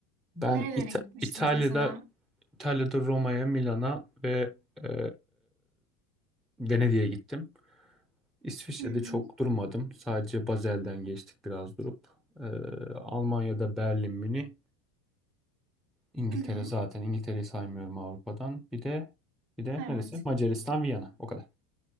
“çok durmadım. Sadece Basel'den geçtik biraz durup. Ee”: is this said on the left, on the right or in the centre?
Centre